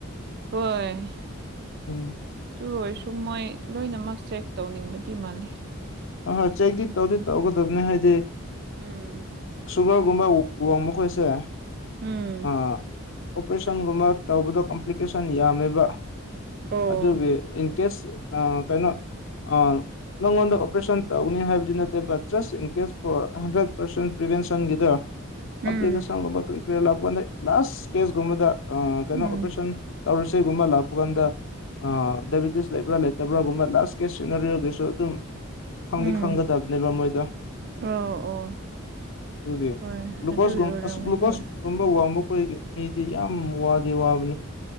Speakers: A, on the right; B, on the left.
A: ꯍꯣꯏ
B: ꯎꯝ
A: ꯑꯗꯨ ꯑꯣꯏꯔꯁꯨ ꯃꯣꯏ ꯂꯣꯏꯅꯃꯛ ꯆꯦꯛ ꯇꯧꯅꯤꯡꯕꯗꯤ ꯃꯥꯜꯂꯤ
B: ꯑ ꯍꯣꯏ ꯆꯩꯗꯤ ꯇꯧꯗꯤ ꯇꯧꯒꯗꯕꯅꯤ ꯍꯥꯏꯗꯤ
A: ꯎꯝ
B: ꯁꯨꯒꯔꯒꯨꯝꯕ ꯋꯥꯋꯡ ꯃꯈꯣꯏꯁꯦ
A: ꯎꯝ
B: ꯑꯣꯄꯔꯦꯁꯟꯒꯨꯝꯕ ꯇꯧꯕꯗꯣ ꯀꯝꯄ꯭ꯂꯤꯀꯦꯁꯟ ꯌꯥꯝꯃꯦꯕ
A: ꯑꯣ
B: ꯑꯗꯨꯒꯤ ꯀꯦꯁ ꯀꯩꯅꯣ ꯑ ꯅꯪꯣꯟ ꯑꯣꯄꯔꯦꯁꯟ ꯇꯧꯅꯤ ꯍꯥꯏꯕꯗꯤ ꯅꯠꯇꯦ but just in case four hundred percent ꯄ꯭ꯔꯤꯚꯦꯟꯁꯟꯒꯤꯗ ꯀꯝꯄ꯭ꯂꯤꯀꯦꯁꯟꯒꯨꯝꯕ
A: ꯎꯝ
B: ꯀꯔꯤ ꯀꯔꯤ ꯂꯥꯛꯞꯄ ꯀꯥꯟꯗ ꯂꯥꯁ ꯀꯦꯁꯒꯨꯝꯕꯗ ꯀꯩꯅꯣ
A: ꯎꯝ
B: ꯑꯣꯄꯔꯦꯁꯟ ꯇꯧꯔꯁꯒꯨꯝꯕ ꯂꯥꯛꯄ ꯀꯥꯟꯗ ꯗꯥꯏꯕꯦꯇꯤꯁ ꯂꯩꯕ꯭ꯔꯥ ꯂꯩꯇꯕ꯭ꯔꯥꯒꯨꯝꯕ ꯂꯥꯁ ꯀꯦꯁ ꯁꯤꯅꯔꯤꯑꯣꯒꯤꯁꯨ ꯑꯗꯨꯝ ꯈꯪꯗꯤ
A: ꯎꯝ
B: ꯈꯪꯒꯗꯕꯅꯦꯕ ꯃꯣꯏꯗꯣ
A: ꯑꯣ ꯑꯣ
B: ꯑꯗꯨꯒꯤ
A: ꯍꯣꯏ
B: ꯒ꯭ꯂꯨꯀꯣꯁ
A: ꯑꯗꯨꯒꯤ ꯑꯣꯏꯔꯝꯒꯅꯤ
B: ꯑꯁ ꯒ꯭ꯂꯨꯀꯣꯁꯒꯨꯝꯕ
A: ꯍꯣꯏ
B: ꯋꯥꯡꯕ ꯑꯩꯈꯣꯏꯒꯤ ꯃꯤꯗꯤ ꯌꯥꯝ ꯋꯥꯗꯤ ꯋꯥꯕꯅꯤ